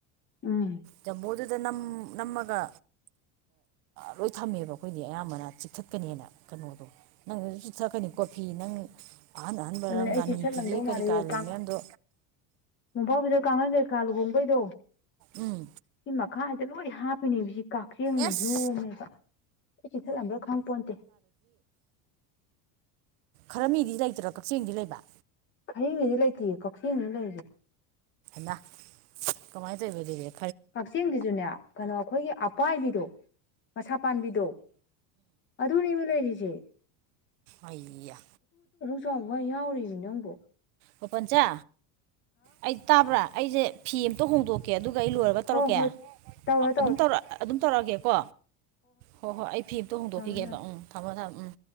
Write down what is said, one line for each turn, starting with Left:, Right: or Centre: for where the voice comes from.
Left: ꯎꯝ
Right: ꯖꯃꯨꯗ ꯑꯗ ꯅ ꯅꯃꯒ ꯂꯣꯏ ꯊꯝꯃꯦꯕ ꯑꯩꯈꯣꯏꯗꯤ ꯑꯌꯥꯝꯕꯅ ꯆꯤꯛꯊꯠꯀꯅꯦꯅ ꯀꯩꯅꯣꯗꯣ ꯅꯪ ꯆꯨꯊꯅꯤ ꯀꯣꯐꯤ ꯅꯪ ꯑꯍꯥꯟ ꯑꯍꯥꯟꯕꯔ
Left: ꯑꯗꯨꯅꯦ ꯑꯩ
Right: ꯂꯥꯟꯃꯤ
Left: ꯆꯦꯛꯁꯤꯜꯂꯝꯗꯧ
Right: ꯄꯤꯒꯦ ꯀꯔꯤ
Left: ꯃꯥꯜꯂꯦ
Right: ꯀꯥ ꯂꯩ ꯃꯌꯥꯝꯗꯣ
Left: ꯑꯐꯥꯎꯕꯤꯗ ꯀꯥꯡꯈꯟ ꯀꯩꯀꯥ ꯂꯨꯍꯣꯡꯕꯩꯗꯣ
Right: ꯎꯝ
Left: ꯁꯤ ꯃꯈꯥꯏꯗ ꯂꯣꯏ ꯍꯥꯞꯄꯤꯅꯦ ꯁꯤ ꯀꯛꯆꯦꯡꯅ
Right: ꯑꯦꯁ
Left: ꯌꯣꯝꯃꯦꯕ ꯑꯩ ꯆꯤ ꯊꯠꯂꯝꯕ꯭ꯔꯥ ꯈꯪ ꯄꯣꯟꯇꯦ
Right: ꯈꯔ ꯃꯤꯗꯤ ꯂꯩꯇ꯭ꯔꯣ ꯀꯛꯆꯤꯡꯗꯤ ꯂꯩꯕ
Left: ꯍꯌꯦꯡꯉꯩꯗꯤ ꯂꯩꯇꯦꯌꯦ ꯀꯛꯆꯤꯡꯅꯤ ꯂꯩꯔꯤꯁꯦ
Right: ꯍ ꯀꯃꯥꯏ ꯇꯕꯗꯤ ꯔꯦ
Left: ꯀꯛꯆꯤꯡꯁꯤꯁꯨꯅꯦ ꯀꯩꯅꯣ ꯑꯩꯈꯣꯏꯒꯤ ꯑꯄꯥꯏꯕꯤꯗꯣ ꯃꯁꯥ ꯄꯥꯝꯕꯤꯗꯣ ꯑꯗꯨꯅꯦꯕꯨ ꯂꯩꯔꯤꯁꯦ
Right: ꯑꯣꯏꯌꯥ
Left: ꯆꯥꯎꯕꯣꯏ ꯌꯥꯎꯔꯤꯕꯅꯤ ꯅꯪꯕꯨꯣ
Right: ꯑꯣꯣꯄꯟꯆꯥ ꯑꯩ ꯇꯥꯕ꯭ꯔꯥ ꯑꯩꯁꯦ ꯐꯤ ꯑꯃꯇ ꯍꯣꯡꯗꯣꯛꯀꯦ ꯑꯗꯨ ꯑꯩ ꯂꯣꯏꯔꯒ ꯇꯧꯔꯛꯀꯦ
Left: ꯍꯣꯏ ꯍꯣꯏ ꯇꯧꯔꯣ ꯇꯧꯔꯣ
Right: ꯑꯗꯨꯝ ꯇꯧꯔ ꯑꯗꯨꯝ ꯇꯧꯔꯛꯑꯒꯦꯀꯣ ꯍꯣꯏ ꯍꯣꯏ ꯑꯩ ꯐꯤꯝꯇꯣ ꯍꯣꯡꯗꯣꯛꯈꯤꯒꯦꯕ
Left: ꯊꯝꯃꯦ ꯊꯝꯃꯦ
Right: ꯎꯝ ꯊꯝꯃꯣ ꯊꯝꯃꯣ ꯎꯝ